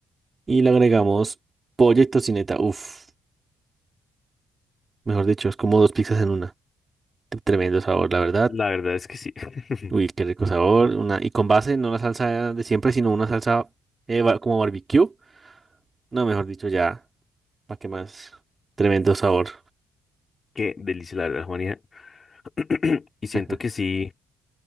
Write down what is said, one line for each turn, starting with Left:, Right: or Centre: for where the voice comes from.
Right: Y le agregamos pollo y tocineta. Uf, mejor dicho, es como dos pizzas en una. T- Tremendo sabor, la verdad.
Left: La verdad es que sí. <laughs>
Right: Uy, qué rico sabor. Una, y con base, no la salsa de siempre, sino una salsa eh, ba- como barbecue. No, mejor dicho, ya, ¿para qué más? Tremendo sabor.
Left: Qué delicia, la verdad, Juanita. <clears throat> Y siento
Right: <laughs>
Left: que sí,